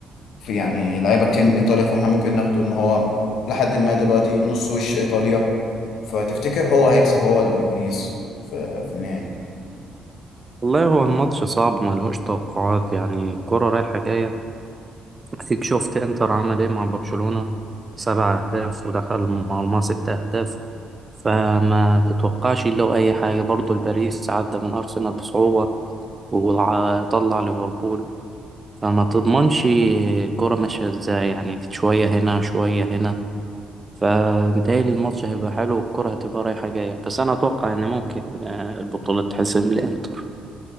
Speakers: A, on the left; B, on the right.
A: في يعني لعيبة كتير من إيطاليا فإحنا ممكن ناخده إن هو لحد ما دلوقتي نص وش إيطاليا فتفتكر هو هيكسب هو الباريس في في النهائي
B: والله هو الماتش صعب ملهوش توقعات يعني الكرة رايحة جاية أكيد شفت إنتر عمل إيه مع برشلونة سبع أهداف ودخل مرمى ست أهداف فما تتوقعش له أي حاجة برضه الباريس عدى من أرسنال بصعوبة وطلع ليفربول فما تضمنش الكرة ماشية إزاي يعني شوية هنا شوية هنا فمتهيألي الماتش هيبقى حلو والكرة هتبقى رايحة جاية بس أنا أتوقع إن ممكن آه، البطولة تحسم للإنتر